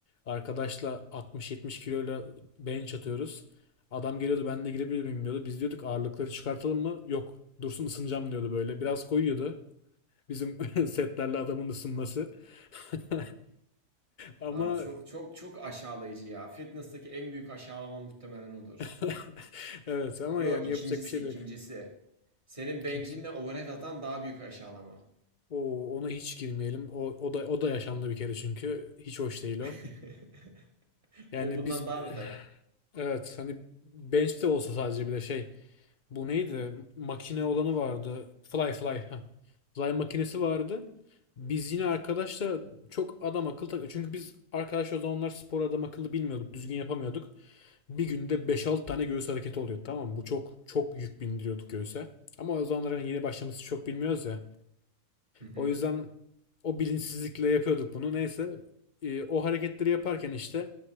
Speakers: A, on the left; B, on the right.
A: arkadaşla 60-70 kiloyla bench atıyoruz. Adam geliyordu ben de girebilir miyim diyordu. Biz diyorduk ağırlıkları çıkartalım mı? Yok dursun ısınacağım diyordu böyle. Biraz koyuyordu. Bizim <laughs> setlerle adamın ısınması. <laughs> Ama
B: Abi çok çok çok aşağılayıcı ya. Fitness'taki en büyük aşağılama muhtemelen odur.
A: <laughs> evet ama
B: Yo
A: yani
B: ikincisi
A: yapacak bir şey
B: ikincisi.
A: de
B: Senin bencinle
A: yok.
B: overhead atan daha büyük aşağılama.
A: O ona hiç girmeyelim. O, o da o da yaşandı bir kere çünkü hiç hoş değil
B: <laughs>
A: o. Yani
B: O bundan
A: biz
B: daha beter.
A: <sighs> evet hani bench de olsa sadece bir de şey bu neydi? Makine olanı vardı. Fly fly. heh. Fly makinesi vardı. Biz yine arkadaşlar çok adam akıllı tak- çünkü biz arkadaş o zamanlar spor adam akıllı bilmiyorduk. Düzgün yapamıyorduk. Bir günde beş 6 tane göğüs hareketi oluyordu tamam mı? Bu çok çok yük bindiriyorduk göğüse. Ama o zamanlar hani yeni başlaması çok bilmiyoruz ya.
B: Hı hı.
A: O yüzden o bilinçsizlikle yapıyorduk bunu. Neyse e, o hareketleri yaparken işte